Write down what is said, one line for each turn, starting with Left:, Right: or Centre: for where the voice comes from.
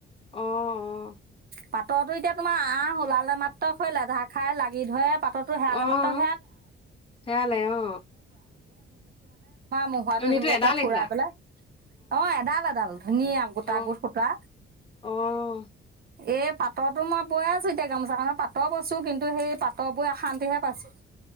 Left: অ অ
Right: পাত তহঁতৰটো এতিয়া তোমাৰ আহ ওলালে মাত্ৰ হৈ লেধা খাই লাগি ধৰে পাতৰতো হেৰা
Left: অ
Right: মাত্ৰ <unintelligible> তোমাৰ
Left: সেয়ালে অ
Right: মহৰাটো
Left: নুনীটো
Right: ধুনীয়াকে
Left: এডালেই
Right: ফুৰাই
Left: সুধা
Right: পেলাই অ এডাল এডাল ধুনীয়া গোটা
Left: অ
Right: গোট সুতা
Left: অ
Right: এই পাতৰতো মই বৈ আছো এতিয়া গামোছাখন পাতৰ বৈছো কিন্তু সেই পাটৰ বৈ অশান্তি পাইছো